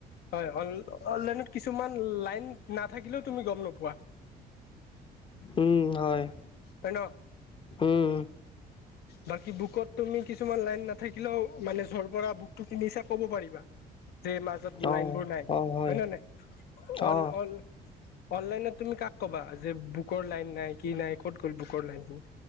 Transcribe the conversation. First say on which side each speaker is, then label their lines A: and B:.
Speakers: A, on the left (about 70°); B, on the left (about 30°).
A: হয় হয়, অনলাইনত কিছুমান লাইন নাথাকিলেও তুমি গম নোপোৱা
B: উম, হয়।
A: হয়, ন!
B: উম
A: বাকী বুকত তুমি কি কিছুমান লাইন নাথাকিলেও মানে য'ৰ পৰা বুকটো কিনিচা ক'ব পাৰিবা। যে, মাজত
B: অ
A: লাইনবোৰ নাই,
B: অ হয়
A: হয়নে নাই? অল-অল
B: অ
A: অনলাইনত তুমি কাক ক'বা? যে, বুকৰ লাইন নাই, কি নাই, ক'ত গ'ল বুকৰ লাইনবোৰ?